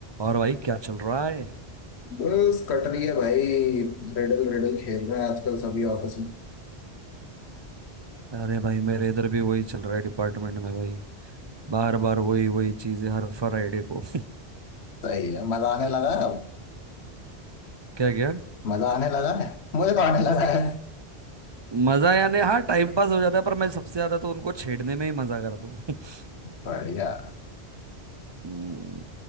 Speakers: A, on the right; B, on the left.
A: और भाई क्या चल रहा है
B: बस कट रही है भाई रिडल रिडल खेल रहे हैं आजकल सभी ऑफिस में
A: अरे भाई मेरे इधर भी वही चल रहा है डिपार्टमेंट में भाई बार बार वही वही चीजें हर फ्राइडे को <laughs>
B: सही है मजा आने लगा है अब
A: क्या क्या
B: मजा आने लगा है मुझे तो आने लगा है
A: मजा यानी हाँ टाइम पास हो जाता है पर मैं सबसे ज्यादा तो उनको छेड़ने में ही मजा करता हूँ <laughs>
B: बढ़िया
A: हम्म,